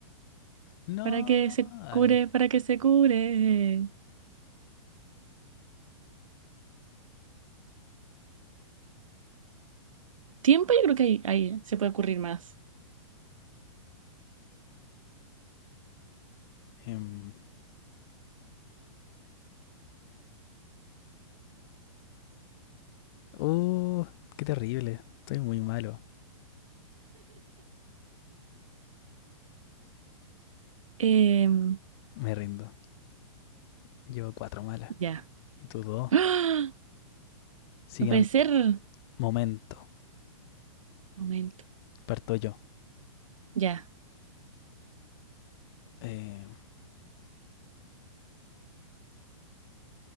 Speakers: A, on the left; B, on the right.
A: No.
B: Para que se
A: A
B: cure,
A: ver.
B: para que se cure. Tiempo, yo creo que ahí, ahí se puede ocurrir más.
A: em, Oh, qué terrible. Estoy muy malo.
B: Em,
A: Me rindo. Llevo cuatro malas.
B: ya.
A: Y tú dos.
B: ¡Ah!
A: Siguiente.
B: No puede ser.
A: Momento.
B: Momento.
A: Parto yo.
B: Ya.
A: Eh,